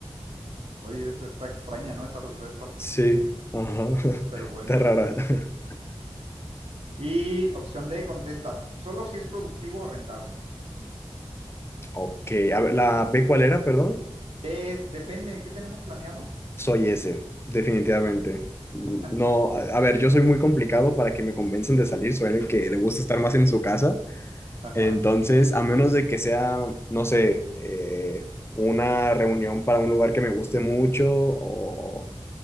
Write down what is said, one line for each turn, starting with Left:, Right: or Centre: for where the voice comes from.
Right: oye, esa está extraña, ¿no? Esa respuesta,
Left: sí,
Right: <laughs>
Left: ajá, <laughs>
Right: pero bueno.
Left: está rara. <laughs>
Right: Y opción D, contestas, solo si es productivo o rentable.
Left: Ok, a ver, ¿la B cuál era, perdón?
Right: Ves, depende, ¿qué tenemos planeado?
Left: Soy ese, definitivamente.
Right: <laughs>
Left: No, a a ver, yo soy muy complicado para que me convenzan de salir, soy el que le gusta estar más en su casa.
Right: Ajá.
Left: Entonces, a menos de que sea, no sé, eh, una reunión para un lugar que me guste mucho o,